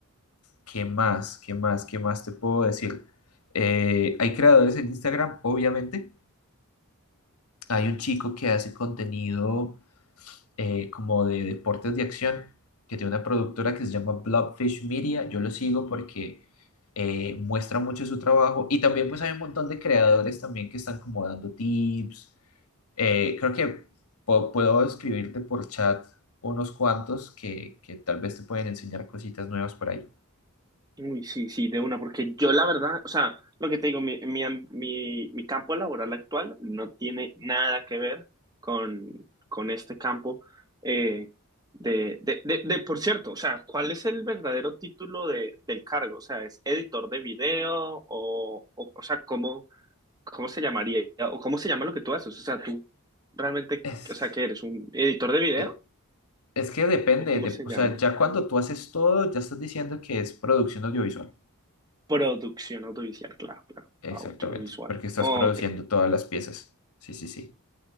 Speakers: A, on the left; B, on the right.
A: ¿qué más? ¿Qué más? ¿Qué más te puedo decir? Eh, hay creadores en Instagram, obviamente. Hay un chico que hace contenido eh, como de deportes de acción, que tiene una productora que se llama Blobfish Media. Yo lo sigo porque eh, muestra mucho su trabajo. Y también pues hay un montón de creadores también que están como dando tips. Eh, creo que po- puedo escribirte por chat unos cuantos que, que tal vez te pueden enseñar cositas nuevas por ahí.
B: Uy, sí, sí, de una, porque yo la verdad, o sea, lo que te digo, mi, mi, am- mi, mi campo laboral actual no tiene nada que ver con, con este campo eh, de, de, de, de, por cierto, o sea, ¿cuál es el verdadero título de, del cargo? O sea, ¿es editor de video o, o, o sea, ¿cómo, cómo se llamaría o cómo se llama lo que tú haces? O sea, tú realmente,
A: Es-
B: o sea, ¿qué eres? ¿Un editor de video
A: e- Es que depende,
B: o cómo
A: de-
B: se
A: o
B: llama?
A: sea, ya cuando tú haces todo, ya estás diciendo que es producción audiovisual.
B: Producción audiovisual, claro, claro,
A: Exactamente,
B: audiovisual.
A: porque estás
B: Ok.
A: produciendo todas las piezas. Sí, sí, sí.